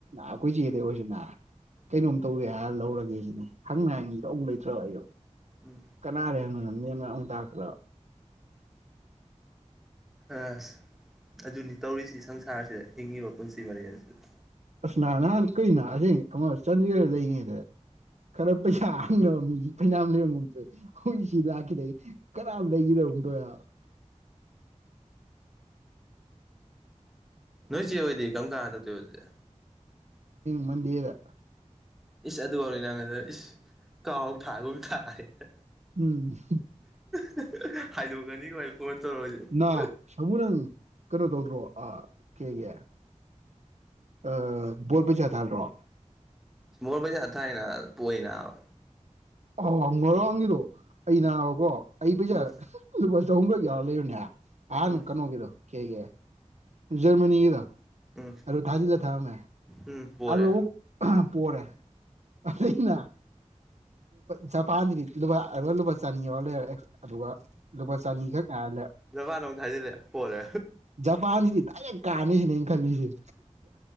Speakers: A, on the right; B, in the centre.
A: ꯑꯩꯈꯣꯏ ꯆꯦꯗꯩ ꯑꯣꯏꯔꯁꯨꯅꯥ ꯀꯩꯅꯣꯝ ꯇꯧꯋꯦ ꯍꯥꯏꯔ ꯂꯧꯔꯒꯦ ꯁꯤꯅꯦ ꯍꯪꯅ ꯍꯥꯏꯅꯤꯉꯥꯏ ꯃꯤꯗ‌‌ꯖ ꯑꯃꯨꯛ ꯂꯩꯇ꯭ꯔꯕ ꯑꯩꯗꯣ
B: ꯎꯝ
A: ꯀꯅꯥꯗꯥ ꯍꯪꯗ‌ꯣꯅ‌ꯣ ꯃ‌ꯦꯟꯃꯥꯟ ꯑꯃꯨꯛ ꯇꯥꯛꯀ꯭ꯔꯕ
B: ꯑꯁ ꯑꯗꯨꯅꯤ ꯇꯧꯔꯤꯁꯤ ꯁꯪꯁꯥꯔꯁꯤꯗ ꯍꯤꯡꯉꯤꯕ ꯄꯨꯟꯁꯤ ꯋꯥꯔꯤ ꯑꯁꯤꯗꯥ
A: ꯅꯤ ꯅꯍꯥꯟ ꯀꯨꯏ ꯅꯁ ꯀꯃ ꯆꯟꯗꯤꯒꯔꯗꯥ ꯂꯩꯔꯤꯉꯩꯗꯥ ꯈꯔ ꯄꯩꯁꯥ ꯍꯪꯅꯕ ꯃꯤꯁꯤ ꯐꯩꯅꯥꯝ ꯂꯩꯔꯝꯒꯨꯝ ꯇꯧꯏ ꯍꯧꯈꯖꯤꯛ ꯁꯤ ꯂꯥꯛꯈꯤꯗꯩ ꯀꯅꯥꯝ ꯂꯩꯒꯗ <unintelligible>
B: ꯅꯣꯏ ꯆꯋꯥꯣꯏꯗꯤ ꯀꯝꯀꯥꯟ ꯍꯜꯛꯇꯣꯏꯕ ꯍꯥꯏꯁꯦ
A: ꯃꯟꯗꯤꯗ
B: ꯏꯁ ꯑꯗꯨ ꯑꯣꯏꯔꯗꯤ ꯅꯪ ꯍꯟꯗꯛ ꯏꯁ ꯀꯥꯎ ꯊꯥꯒꯨꯝ ꯊꯥꯔ‌ꯦꯅ‌
A: ꯎꯝ
B: <unintelligible> ꯑꯩ ꯐꯣꯟ ꯇꯧꯔꯛꯑꯣꯏꯁꯦ
A: ꯅꯥ ꯁꯥꯃꯨ ꯅꯪ ꯀꯩꯅꯣ ꯇꯧꯗ꯭ꯔꯣ ꯑꯥ ꯀꯩꯍꯥꯏꯒꯔ‌ꯦ ꯑꯥ ꯕꯣꯜ ꯄꯩꯁꯥ ꯊꯗꯔꯣ
B: ꯃꯣꯔ ꯃꯖꯥ ꯊꯥꯏꯅ ꯄꯏꯅ
A: ꯑ ꯉꯔꯥꯡꯒꯤꯗꯣ ꯑ ꯅꯥꯕꯀꯣ ꯑꯩ ꯄꯩꯁꯥ
B: ꯎꯝ
A: ꯂꯨꯄꯥ ꯆꯍꯨꯝꯈꯛ ꯌꯥꯎꯔ ꯂꯩꯔꯨꯅꯦꯍ ꯑꯍꯥꯟꯕ
B: ꯎꯝ
A: ꯀꯩꯅꯣꯒꯤꯗꯣ ꯀꯦ ꯀ ꯖꯔꯃꯅꯤꯒꯤꯗꯣ
B: ꯎꯝ
A: ꯑꯂꯣ ꯊꯥꯖꯤꯂ ꯊꯥ ꯃ
B: ꯎꯝ ꯄꯣꯔꯦ
A: ꯍꯜꯂ‌ꯣ ꯄꯣꯔꯦ ꯑꯩꯅ ꯖꯄꯥꯟꯗꯗꯤ ꯂꯨꯄꯥꯒ ꯂꯨꯄꯥ ꯆꯥꯅꯤ ꯌꯥꯔ ꯂꯩꯔꯦ ꯑꯗꯨꯒ ꯂꯨꯄꯥ ꯆꯥꯅꯤ ꯈꯛꯥꯏꯔ ꯂꯩꯔꯦ
B: ꯖꯄꯥꯟꯅ ꯑꯃꯨꯛ ꯊꯥꯖꯤꯜꯂꯦ ꯄꯣꯔꯦ
A: ꯄꯥꯟꯁꯤꯗꯤ ꯂꯗꯥꯏꯦꯛ ꯀꯥꯅꯩꯁꯤꯅꯦ ꯑꯩꯅ ꯈꯜꯂꯤꯁꯦ